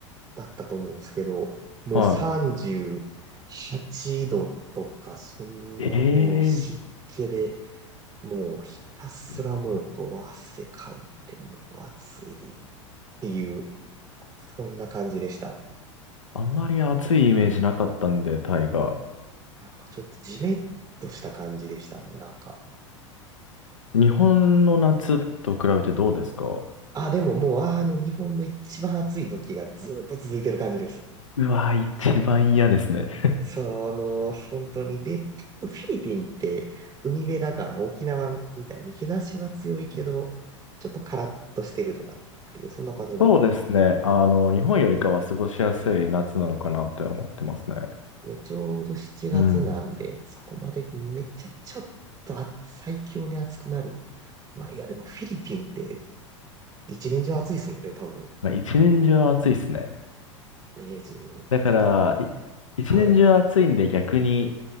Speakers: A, on the right; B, on the left.
A: だったと思うんですけど、もう38度とか、
B: は
A: そんなもう湿気で、
B: い。ええ
A: もうひたすらもうこう汗かいてもう暑いっ
B: うわ、
A: ていうそんな感じでした。
B: あんまり暑いイメージなかったんで、タイが。
A: なんかちょっとジメッとした感じでしたね、なんか。
B: 日本の夏と比べてどうですか
A: あ、でももう、あの、日本の一番暑い時がずっと続いてる感じです。
B: <laughs> うわ、一 <laughs> 番嫌ですね。<laughs>
A: その、本当に。で、フィリピンって海辺だから沖縄みたいに日差しは強いけど、ちょっとカラッとしてるとかっていう、そんな感じの。
B: そうですね。あの、日本よりかは過ごしやすい夏なのかなって思ってますね。
A: ね、ちょうど7月なんで、
B: うん。
A: そこまでめっちゃちょっとあ最強に暑くなる。まあ、いや、でもフィリピンって一年中暑いですもんね、多分。
B: まあ、一年中暑いですね。
A: ね、ずーっと多分、
B: だから、い一年中暑いんで逆に、
A: はい。